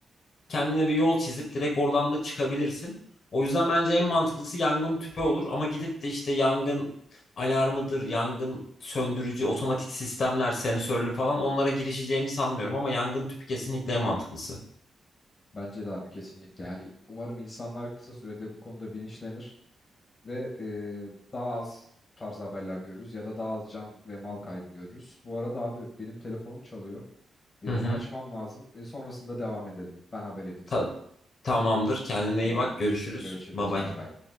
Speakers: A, on the left; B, on the left.
A: kendine bir yol çizip direkt oradan da çıkabilirsin. O yüzden bence en mantıklısı yangın tüpü olur ama gidip de işte yangın alarmıdır, yangın söndürücü otomatik sistemler, sensörlü falan onlara girişeceğimi sanmıyorum ama yangın tüpü kesinlikle en mantıklısı.
B: Bence de abi kesinlikle. Yani umarım insanlar kısa sürede bu konuda bilinçlenir ve e, daha az bu tarz haberler görürüz ya da daha az can ve mal kaybı görürüz. Bu arada abi benim telefonum çalıyor. E,
A: Hı
B: onu
A: hı.
B: Tamam. açmam lazım. E, sonrasında devam edelim. Ben haber edeyim
A: Ta-
B: sana.
A: tamamdır. Kendine
B: Tamamdır.
A: iyi bak. Görüşürüz.
B: Görüşürüz.
A: Bay bay.
B: Bay bay.